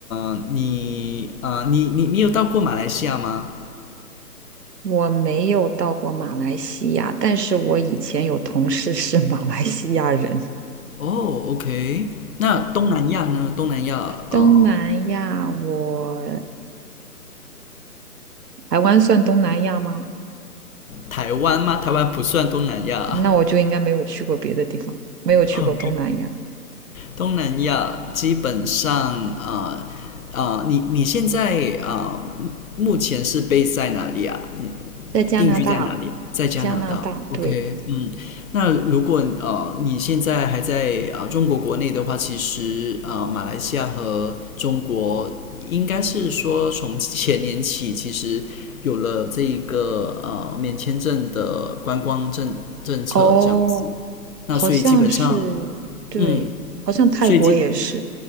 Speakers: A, on the left (about 60°); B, on the right (about 75°).
A: 呃你啊呃你你你有到过马来西亚吗？
B: 我没有到过马来西亚，但是我以前有同事是 <laughs> 马来西亚人。
A: 哦，OK，那东南亚呢？东南亚啊。
B: 东南亚我，
A: 呃
B: 台湾算东南亚吗？
A: 台湾吗？台湾不算东南亚
B: 那我就应该没有去过别的地方，没有去过东南亚。
A: <laughs> OK，东南亚基本上啊啊、呃呃你你现在啊、呃目前是 b 在哪里啊？你
B: 在加拿大，
A: 定居在哪里？在加拿大。
B: 加拿大，
A: OK，
B: 对，
A: 嗯，那如果呃你现在还在啊、呃中国国内的话，其实啊、呃马来西亚和中国应该是说从前年起，其实有了这一个呃免签证的观光政政策这样子。
B: 哦，
A: 那所以基本上，
B: 好像是，对，
A: 嗯，
B: 好像泰国也是。
A: 所以基